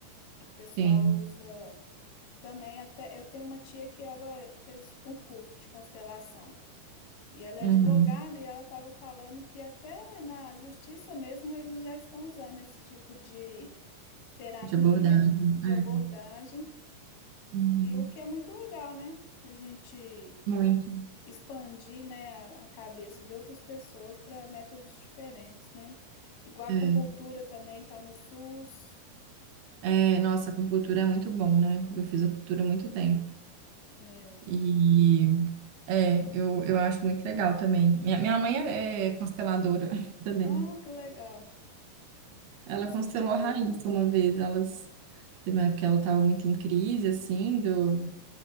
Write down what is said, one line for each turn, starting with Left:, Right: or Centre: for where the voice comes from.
Left: o pessoal
Right: Sim.
Left: usa também até. Eu tenho uma tia que ela fez o curso de constelação. E ela é
Right: Uhum.
Left: advogada e ela estava falando que até na justiça mesmo eles já estão usando esse tipo de terapia,
Right: De abordagem.
Left: de
Right: é.
Left: abordagem,
Right: Uhum,
Left: e o que é muito legal, né? A gente
Right: Muito.
Left: expandir, né, a a cabeça de outras pessoas para métodos diferentes, né? Igual a
Right: É.
Left: acupuntura também tá no SUS.
Right: É, nossa, acupuntura é muito bom, né? Eu fiz acupuntura há muito tempo.
Left: É.
Right: E é, eu, eu acho muito legal também. Minha, minha mãe é, é consteladora <laughs> também.
Left: Ah, que legal.
Right: Ela
Left: Você...
Right: constelou a Raíssa uma vez. Elas, teve uma época que ela estava muito em crise, assim, do,